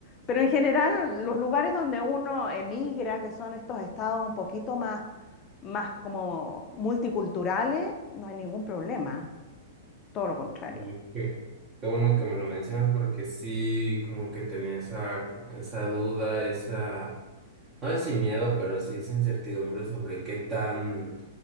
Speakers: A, on the left (about 30°); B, on the right (about 25°).
A: pero en general los lugares donde uno emigra, que son estos estados un poquito más, más como multiculturales, no hay ningún problema, todo lo contrario.
B: Y qué, qué bueno que me lo mencionas porque sí, como que tenía esa, esa duda, esa No es sin miedo, pero sí esa incertidumbre sobre qué tan,